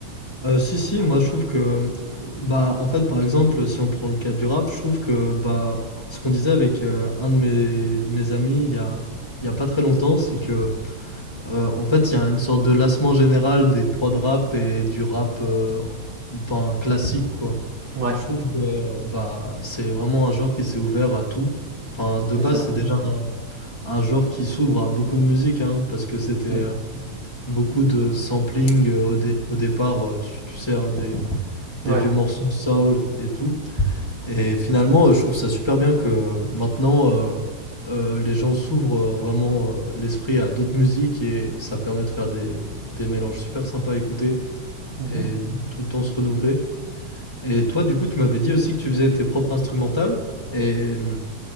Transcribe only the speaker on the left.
Heu, si, si, moi je trouve que, bah, en fait, par exemple, si on prend le cas du rap, je trouve que, bah, ce qu'on disait avec, heu, un de mes mes amis il y a il y a pas très longtemps, c'est que, heu, en fait, il y a une sorte de lassement général des prods rap et du rap, heu, ben, classique, quoi.
Je trouve Mmh. que, euh, bah, c'est vraiment un genre qui s'est ouvert à tout. Enfin, de
base,
c'est déjà Mmh. un un genre qui s'ouvre à beaucoup de musique, hein, parce que c'était,
heu, beaucoup de sampling, heu, au dé au départ, heu, tu tu sais, hein, des des
vieux morceaux de soul et tout. Et finalement, euh, je trouve ça super bien que euh, maintenant, euh, euh, les gens s'ouvrent euh, vraiment euh, l'esprit à d'autres musiques et ça permet de faire des, des mélanges super sympas à écouter
et tout le temps se renouveler. Et toi, du coup, tu m'avais dit aussi que tu faisais tes propres instrumentales. Et hum,